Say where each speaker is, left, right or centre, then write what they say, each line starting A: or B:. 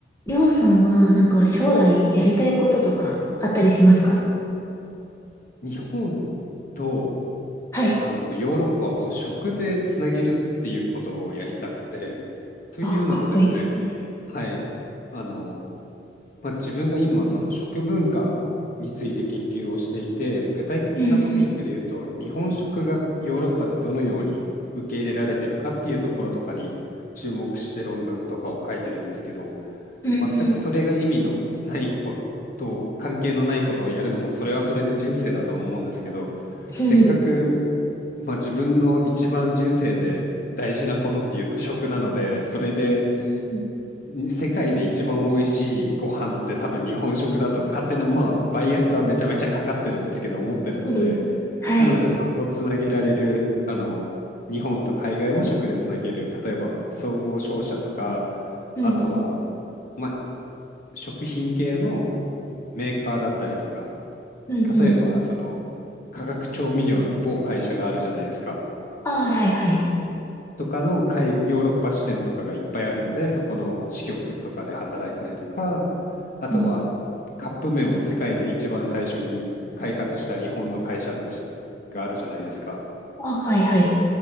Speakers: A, on the left; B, on the left.
A: りょうさんは、なんか将来やりたいこととかあったりしますか
B: 日本と
A: はい。
B: あのヨーロッパを食でつなげるっていうことをやりたくて、というのもですね、
A: あ、かっこいい。
B: はい、あのまあ、自分が今その食文化について研究をしていて具体的なトピックで言うと日本食がヨーロッパでどのように受け入れられてるかっていうところとかに注目して論文とかを書いてるんですけどで全くそれが意味のないこと関係のないことをやるのもそれはそれで人生だとは思うんですけどせっかく、
A: うん、うん、うん、うんうん、
B: まあ、自分の一番人生で大事なことっていうと食なのでそれで
A: うん
B: 世界で一番美味しいご飯って多分日本食だと勝手な、まあ、バイアスはめちゃめちゃかかってるんですけど思ってるので、
A: うんはい。
B: なのでそこをつなげられる、あの、日本と海外を食でつなげる、例えば総合商社とか、
A: うん、
B: あとは、
A: うん、
B: まあ、食品系のメーカーだったりとか、
A: うん、うん、
B: 例えばその化学調味料の某会社があるじゃないですか。
A: あ、はいはい。
B: とかの海、ヨーロッパ支店とかがいっぱいあるので、そこの支局とかで働いたりとか、あとはカップ麺を世界で一番最初に開発した日本の会社ってしがあるじゃないですか。
A: うん、あ、はいはい。